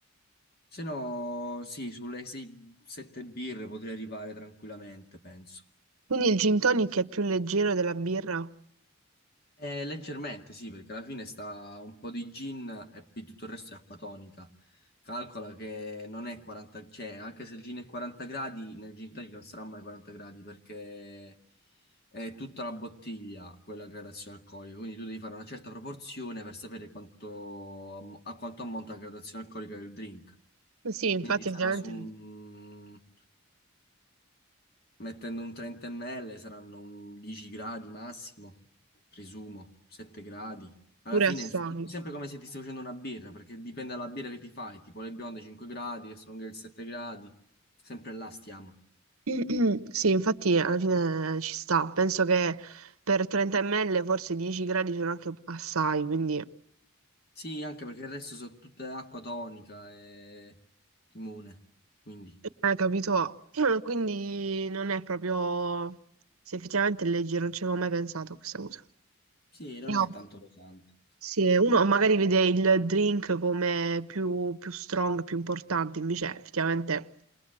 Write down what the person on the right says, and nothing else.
Quindi il gin tonic è più leggero della birra?
Eh Sì, infatti
ovviamente
pure
assai.
<clears throat> Sì, infatti alla fine eh, ci sta. Penso che per 30 ml forse 10 gradi sono anche assai, quindi
eh, capito? <clears throat> Quindi non è proprio... Se effettivamente è leggero, non ci avevo mai pensato a questa cosa.
Io-
Sì, uno magari vede il drink come più, più strong, più importante, invece effettivamente